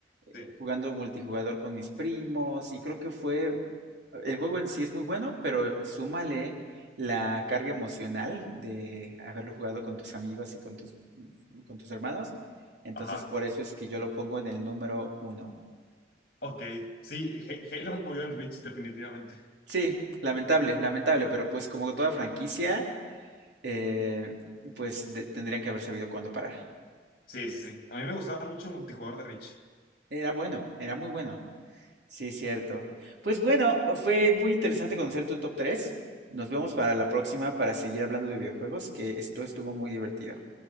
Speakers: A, on the right; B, on the left.
A: eh,
B: sí,
A: jugando multijugador con mis primos, y creo que fue, el juego en sí es muy bueno, pero súmale la carga emocional de haberlo jugado con tus amigos y con tus, mm, con tus hermanos, entonces
B: ajá.
A: por eso es que yo lo pongo en el número uno.
B: Ok, sí, Ha- Halo murió en Reach, definitivamente.
A: Sí, lamentable, lamentable, pero pues como toda franquicia... eh, pues de- tendrían que haber sabido cuándo parar.
B: Sí, sí, sí. A mí me gustaba mucho el multijugador de Reach.
A: Era bueno, era muy bueno. Sí, cierto. Pues bueno, fue muy interesante conocer tu top tres Nos vemos para
B: Ujú.
A: la próxima para seguir hablando de videojuegos, que esto estuvo muy divertido.